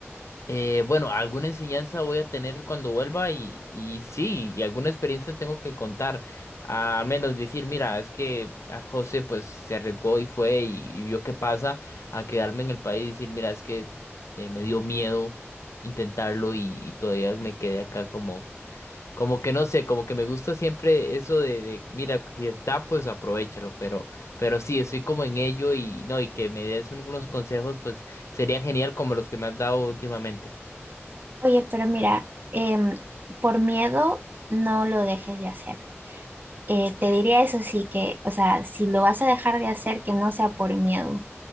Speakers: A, on the left; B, on the right.
A: Eh, bueno, alguna enseñanza voy a tener cuando vuelva y, y sí, y alguna experiencia tengo que contar. Ah, al menos decir, mira, es que a José pues se arriesgó y fue y, y vio qué pasa a quedarme en el país y decir, mira, es que eh, me dio miedo intentarlo y, y todavía me quedé acá como, como que no sé, como que me gusta siempre eso de, de, mira, si está, pues aprovéchalo, pero, pero sí, estoy como en ello y no, y que me des unos consejos, pues sería genial como los que me has dado últimamente.
B: Oye, pero mira, em, por miedo no lo dejes de hacer. Eh, te diría eso sí que, o sea, si lo vas a dejar de hacer, que no sea por miedo,